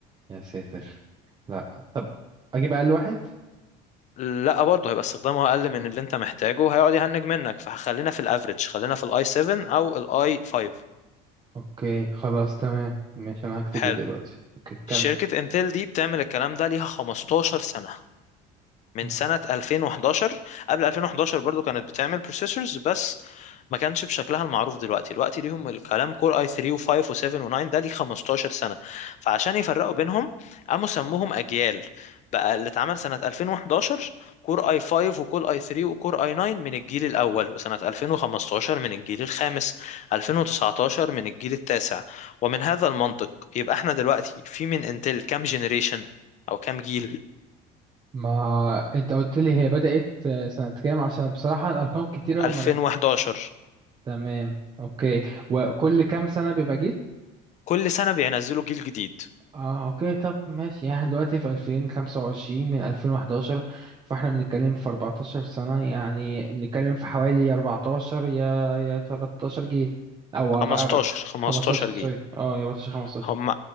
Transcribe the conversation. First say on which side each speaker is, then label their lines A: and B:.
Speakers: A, on the right; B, on the left.
A: يا ساتر لا طب اجيب اقل واحد
B: لا برضه هيبقى استخدامه اقل من اللي انت محتاجه هيقعد يهنج منك فخلينا في الافريج خلينا في الاي 7 او الاي 5
A: اوكي خلاص تمام ماشي انا هكتب
B: حلو
A: ده دلوقتي اوكي كمل
B: شركة انتل دي بتعمل الكلام ده ليها 15 سنة من
A: مم.
B: سنة 2011 قبل 2011 برضو كانت بتعمل بروسيسورز بس ما كانش بشكلها المعروف دلوقتي دلوقتي ليهم الكلام كور اي 3 و5 و7 و9 ده ليه 15 سنة فعشان يفرقوا بينهم قاموا سموهم أجيال بقى اللي اتعمل سنة 2011 كور اي 5 وكور اي 3 وكور اي 9 من الجيل الأول وسنة 2015 من الجيل الخامس 2019 من الجيل التاسع ومن هذا المنطق يبقى احنا دلوقتي في من انتل كام جنريشن أو كام جيل
A: ما انت قلت لي هي بدأت آه، سنة كام عشان بصراحة الارقام كتيرة وما
B: 2011
A: رك- تمام اوكي وكل كام سنة بيبقى جيل
B: كل سنة بينزلوا جيل جديد
A: اه اوكي طب ماشي يعني إحنا دلوقتي في 2025 من 2011 فاحنا بنتكلم في 14 سنة يعني بنتكلم في حوالي 14 يا يا 13 جيل او
B: 15
A: آه،
B: 15
A: 15 سوري
B: جيل
A: اه يا 14 15
B: هم